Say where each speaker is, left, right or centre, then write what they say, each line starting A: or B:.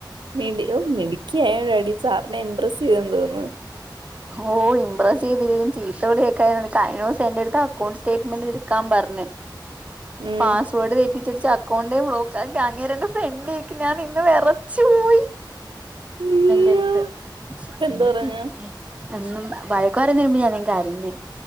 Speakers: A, on the right; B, on the right.
A: മിടിയോ മിടുക്കി ആയാൽ അടി സാറിനെ ഇംപ്രസ് ചെയ്തന്ന് തോന്നു.
B: ഓ ഇംപ്രസ് ചെയ്ത് ചീത്ത വിളിക്കാൻ കേൾക്കാൻ കഴിഞ്ഞ ദിവസം എന്റെ അടുത്ത് അക്കൗണ്ട് സ്റ്റേറ്റ്മെന്റ്- എടുക്കാൻ പറഞ്ഞു
A: ഉം.
B: പാസ് വേർഡ് തെറ്റിച്ചടിച്ച് അക്കൗണ്ട് ബ്ലോക്ക് ആയി അങ്ങേര് എന്റെ ഫ്രണ്ടിൽ നിൽക്കണ് ഞാൻ ഇന്ന് വിറച്ചു പോയി.
A: <inaudible> അയ്യോ!
B: എന്റെടുത്ത്
A: ഇപ്പൊ എന്ത്
B: എന്റെ
A: പറഞ്ഞു?
B: അടുത്ത് എന്നും വഴക്കു പറയുന്നതിന് മുമ്പ് ഞാൻ കരഞ്ഞു